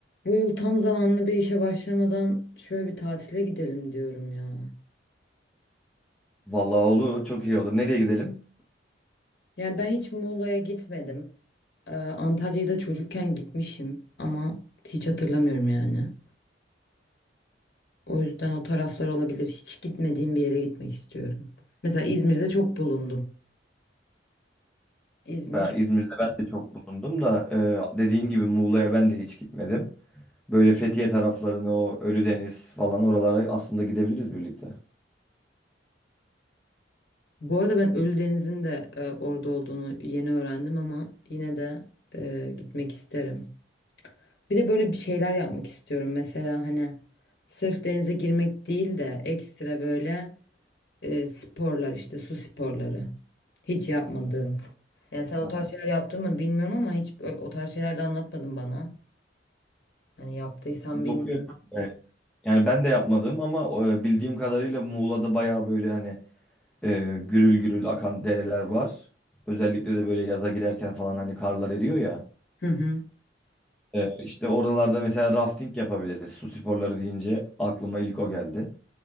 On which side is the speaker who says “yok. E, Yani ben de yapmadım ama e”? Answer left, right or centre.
Centre